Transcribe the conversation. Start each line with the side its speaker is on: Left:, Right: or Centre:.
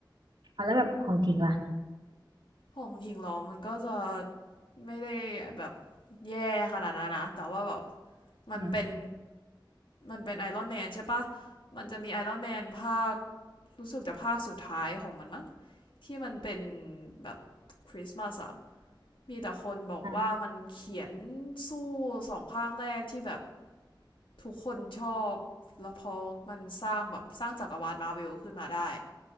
Right: เอาแล้วแบบของทิ้งล่ะ
Left: อมของทิ้งล้อมมันก็จะไม่ได้แบบแย่ขนาดนั้นนะแต่ว่าแบบมันเป็น
Right: อืม
Left: มันเป็นไอรอนแมนใช่ปะมันจะมีไอรอนแมนภาครู้สึกจะภาคสุดท้ายของมันมั้ง ที่มันเป็นแบบคริสต์มาสอะมีแต่คนบอกว่ามันเขียน
Right: อ่ะ
Left: สู้สองภาคแรกที่แบบทุกคนชอบ แล้วพอมันสร้างแบบสร้างจักรวาลมาร์เวิลขึ้นมาได้